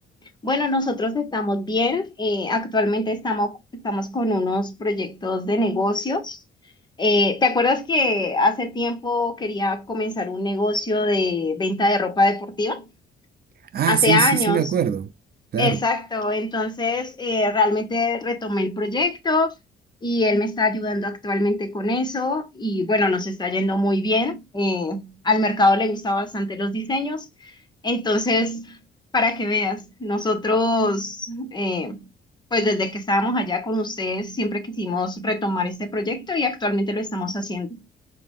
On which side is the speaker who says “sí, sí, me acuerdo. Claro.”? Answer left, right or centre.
Right